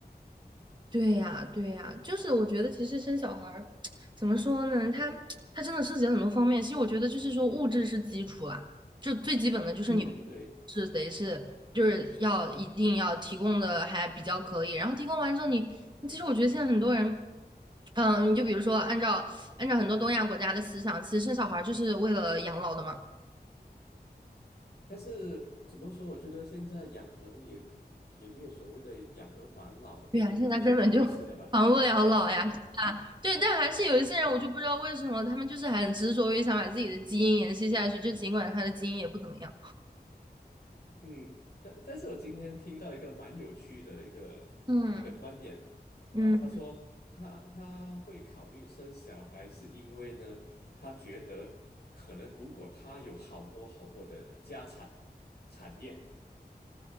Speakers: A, on the right; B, on the left.
A: 对呀，对呀，就是我觉得其实生小孩儿 <tsk> 怎么说呢？他他真的涉及了很多方面。其实我觉得就是说物质是基础啦，就最基本的就是你
B: 嗯，对。
A: 是得是就是要一定要提供的还比较可以。然后提供完之后你，其实我觉得现在很多人，嗯，你就比如说按照按照很多东亚国家的思想，其实生小孩儿就是为了养老的嘛。
B: 但是怎么说？我觉得现在养儿也也没有所谓的养儿防老这件这件这回事了吧？
A: <laughs> 对呀，现在根本就 <laughs> 防不了老呀，是啊，对，但还是有一些人，我就不知道为什么他们就是很执着于想把自己的基因延续下去，就尽管他的基因也不怎么样。
B: 嗯，但但是我今天听到一个蛮有趣的一个一个观点
A: 嗯，嗯，
B: 啊，他说他他会考虑生小孩，是因为呢，他觉得可能如果他有好多好多的家产产业，